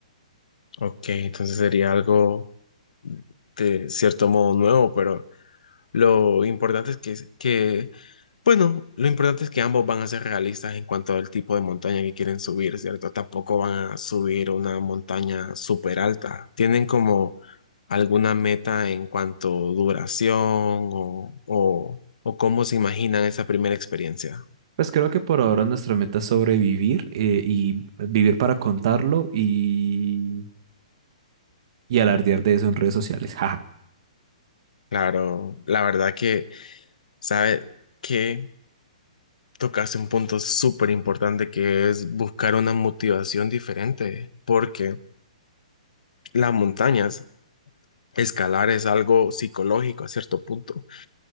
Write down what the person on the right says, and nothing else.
Pues creo que por ahora nuestra meta es sobrevivir eh, y vivir para contarlo y, y alardear de eso en redes sociales. <laughs> Jaja.